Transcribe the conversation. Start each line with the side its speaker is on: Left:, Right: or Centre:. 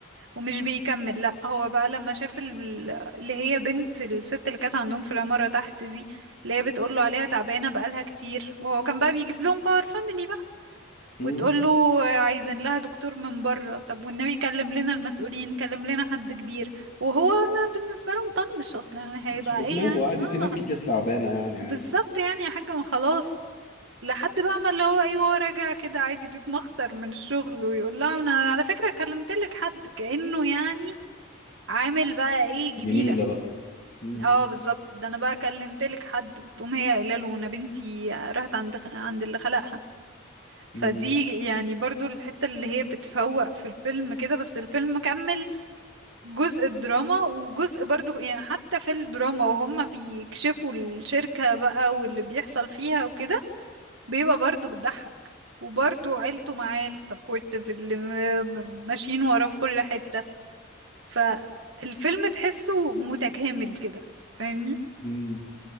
Right: ومش بيكمل لا هو بقى لما شاف ال- اللي هي بنت الست اللي كانت عندهم في العمارة تحت دي اللي هي بتقول له عليها تعبانة بقالها كتير وهو كان بقى بيجيب لهم باور فاميلي بقى
Left: مم.
Right: وتقول له عايزين لها دكتور من بره طب والنبي كلم لنا المسؤولين كلم لنا حد كبير وهو ما بالنسبة له مطنش اصلا يعني هيبقى
Left: مش في
Right: ايه
Left: دماغه
Right: يعني
Left: عادي في ناس
Right: آه.
Left: كتير تعبانة يعني
Right: بالظبط
Left: عادي
Right: يعني يا حاجة ما خلاص لحد بقى ما اللي هو ايه وهو راجع كده عادي بيتمخطر من الشغل ويقول لها انا على فكرة كلمتلك حد كأنه يعني عامل بقى ايه جميلة
Left: جميلة بقى مم.
Right: اه بالظبط ده انا بقى كلمتلك حد وتقوم هي قايله له انا بنتي راحت عند خ- عند اللي خلقها فدي
Left: مم.
Right: يعني برضو الحتة اللي هي بتفوق في الفيلم كده بس الفيلم كمل جزء الدراما وجزء برضو يعني حتى في الدراما وهم بيكشفوا الشركة بقى واللي بيحصل فيها وكده بيبقى برضه بتضحك وبرضه عيلته معاه السبورتيف اللي م- م- ماشيين وراه في كل حتة فالفيلم تحسه متكامل كده فاهمني
Left: مم.